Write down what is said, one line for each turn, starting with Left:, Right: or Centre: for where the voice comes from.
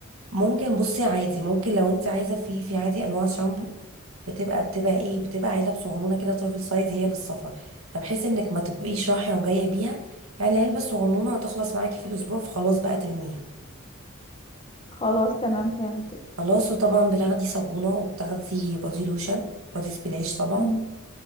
Right: ممكن بصي عادي ممكن لو انت عايزه في في عادي انواع شامبو بتبقى بتبقى ايه بتبقى علب صغنونه كده ترافل سايز هي للسفر فبحيث انك ما تبقيش رايحه وجايه بيها يعني العلبه الصغنونه هتخلص معاكي في الاسبوع فخلاص بقى ترميها
Left: خلاص تمام فهمت
Right: خلاص وطبعا بتاخدي صابونة وبتاخدي بودي لوشن بودي سبلاش طبعا
Left: مم.